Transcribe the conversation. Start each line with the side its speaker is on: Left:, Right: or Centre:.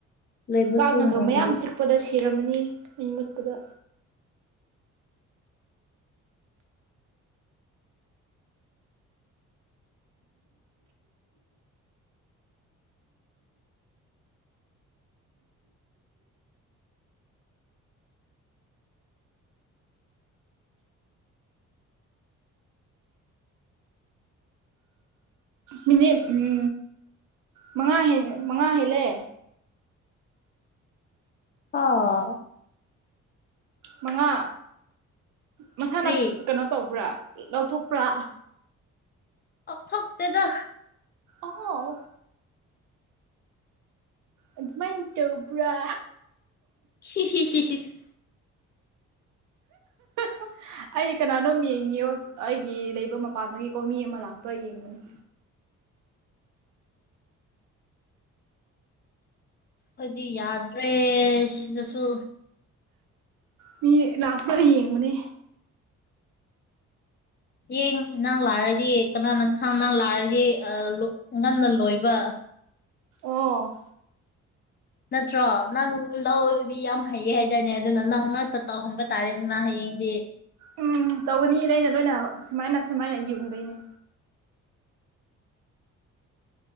Left: ꯂꯩꯕꯁꯨ
Right: ꯀꯥꯡꯅꯒ
Left: ꯉꯝꯗ꯭ꯔꯦ
Right: ꯃꯌꯥꯝ ꯆꯤꯛꯄꯗ ꯁꯤꯔꯝꯃꯅꯤ ꯃꯩ ꯃꯨꯠꯄꯗ ꯃꯤꯅꯤꯠ ꯎꯝ ꯃꯉꯥ ꯍꯦꯟ ꯃꯉꯥ ꯍꯦꯜꯂꯦ
Left: ꯑꯣ
Right: ꯃꯉꯥ ꯃꯁꯥꯅ
Left: ꯀ꯭ꯔꯤ
Right: ꯀꯩꯅꯣ ꯇꯧꯕ꯭ꯔꯥ ꯂꯧꯊꯣꯛꯄ꯭ꯔꯥ
Left: ꯊꯣꯛꯇꯦꯗ
Right: ꯑꯣ ꯑꯗꯨꯃꯥꯏꯟ ꯇꯧꯕ꯭ꯔꯥ
Left: ꯍꯤ ꯍꯤ ꯍꯤ ꯍꯤꯁ <inaudible>
Right: ꯍꯍ ꯑꯩ ꯀꯅꯥꯅꯣꯝ ꯌꯦꯡꯉꯤꯌꯣ ꯑꯩꯒꯤ ꯂꯩꯕ ꯃꯄꯥꯟꯗꯒꯤꯀꯣ ꯃꯤ ꯑꯃ ꯂꯥꯛꯄ꯭ꯔꯥ ꯌꯦꯡꯕꯅꯤ
Left: <inaudible> ꯑꯩꯗꯤ ꯌꯥꯗ꯭ꯔꯦ ꯁꯤꯅꯁꯨ
Right: ꯃꯤ ꯂꯥꯛꯄ꯭ꯔꯥ ꯌꯦꯡꯕꯅꯦ
Left: ꯍꯌꯦꯡ ꯅꯪ ꯂꯥꯛꯔꯗꯤ ꯀꯅꯥꯅ ꯈꯥꯡ ꯅꯪ ꯂꯥꯛꯔꯗꯤ ꯑ ꯂꯣ ꯉꯟꯅ ꯂꯣꯏꯕ
Right: ꯑꯣ
Left: ꯅꯠꯇ꯭ꯔꯣ ꯅꯪ ꯂꯧꯗꯤ ꯌꯥꯝ ꯍꯩꯌꯦ ꯍꯥꯏꯗꯥꯏꯅꯦ ꯑꯗꯨꯅ ꯅꯪ ꯉꯥꯛꯇ ꯇꯧꯍꯟꯕ ꯇꯥꯔꯦ ꯑꯗꯨꯅ ꯍꯌꯦꯡ ꯍꯌꯦꯡꯗꯤ
Right: ꯎꯝ ꯇꯧꯒꯅꯤ ꯂꯩꯅ ꯂꯣꯏꯅ ꯁꯨꯃꯥꯏꯅ ꯁꯨꯃꯥꯏꯅ ꯌꯨꯡꯗꯣꯏꯅꯦ